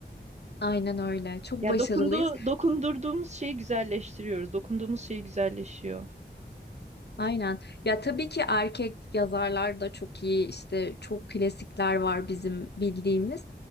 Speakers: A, on the left (about 65°); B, on the right (about 40°).
A: aynen öyle. Çok
B: Ya
A: başarılıyız.
B: dokundu, dokundurduğumuz şeyi güzelleştiriyoruz. Dokunduğumuz şey güzelleşiyor.
A: Aynen. Ya tabii ki erkek yazarlar da çok iyi. işte çok klasikler var bizim bildiğimiz.